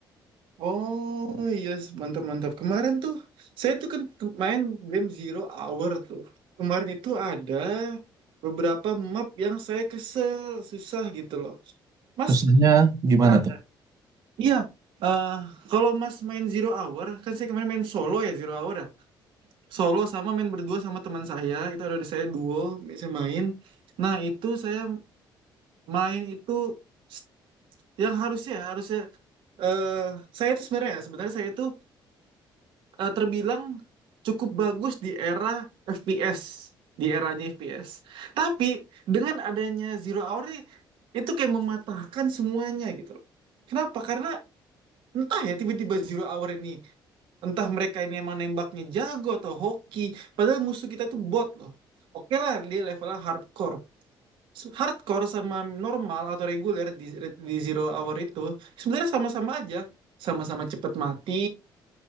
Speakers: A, on the right; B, on the right.
A: Oh iya, yes. mantap mantap. Kemarin tuh saya tuh kan ke- main game Zero Hour tuh. Kemarin itu ada beberapa map yang saya kesel, susah gitu loh. Mas,
B: Susahnya gimana
A: Kak,
B: tuh?
A: iya. eh kalau Mas main Zero Hour, kan saya kemarin main solo ya Zero Hour ya. Solo sama main berdua sama teman saya, itu ada di saya duo, saya main. Nah, itu saya main itu s- yang harusnya harusnya eh saya itu sebenarnya ya, sebenarnya saya itu eh, terbilang cukup bagus di era FPS, di eranya FPS. Tapi dengan adanya Zero Hour ini, itu kayak mematahkan semuanya gitu loh. Kenapa? Karena entah ya tiba-tiba Zero Hour ini, entah mereka ini emang nembaknya jago atau hoki, padahal musuh kita tuh bot loh. Oke lah dia levelnya hardcore. Hardcore sama normal atau reguler di, di Zero Hour itu sebenarnya sama-sama aja. Sama-sama cepet mati,